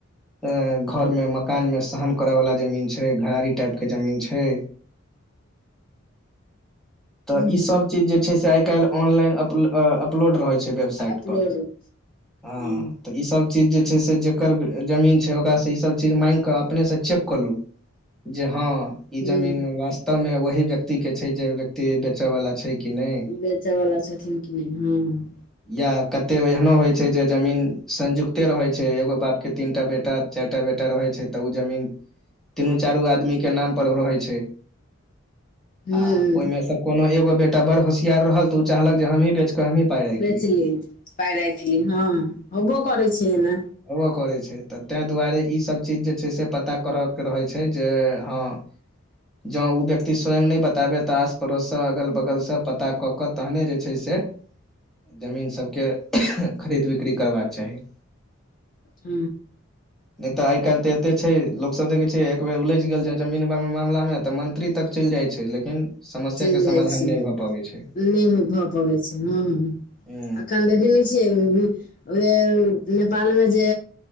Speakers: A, in the centre; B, on the left (about 40°).
A: अ घर मे मकान मे सहन करे वाला जमीन छै घरारी टाइप के जमीन छै त
B: हूँ
A: ईसभ
B: हूँ
A: चीज जे छै से आइ काल्हि ऑनलाइन अप अपलोड रहै छै वेबसाइटपर
B: अपलोड हूँ
A: हँ तऽ ई सभ चीज जे छै से जकर जमीन छै ओकरास से ई सभ चीज मांगग कऽ अपने से चेक कलू जे हँ ई
B: हूँ
A: जमीन वास्तव मे वही व्यक्ति के छै जे व्यक्ति बेचय वाला छै। कि नहि
B: बेचय वाला छथिन कि नहि हँ हँ।
A: य कते एहनो होय छै जे जमीन संयुक्ते रहय छै एगो बाप के तीनटा बेटा चारिटा बेटा रहै छै तऽ ओ जमीन तीनू चारू आदमी के नाम पर रहै छै।
B: हूँ
A: अ ओहिमे से कोनो एगो बेटा बड़ होशियार रहल तऽ ओ चाहलक जे हमही बेच। कऽ हमही पाइ राखि
B: बेचली
A: ली
B: पाइ राख ली हँ
A: हँ
B: होबो करै छै एन
A: होबो करै छै त ताहि दुआरे ईसभ चीज जे छै से पता करयके रहैत छै जे हँ। जँं ओ व्यक्ति स्वयं नहि बताबय त आस पड़ोससँ अगल बगलसँ पता कऽ। ओकर तहने जे छै से जमीन सभके खरीद बिक्री करबाक चाही।
B: ह
A: नहि तऽ आइ काल्हि तऽ एते छै लोक सभ देखै छै एक बेर उलझि गेल छै जमीन मामला मे तऽ मंत्री तक चलि जाइ छै लेकिन समस्या
B: चलि
A: के
B: जाइ
A: समाधान
B: छी
A: नहि भऽ पबै छै
B: नम भऽ पबैत छै हैं
A: ह
B: अखन देखय नय छिय <unintelligible> नेपाल मे जे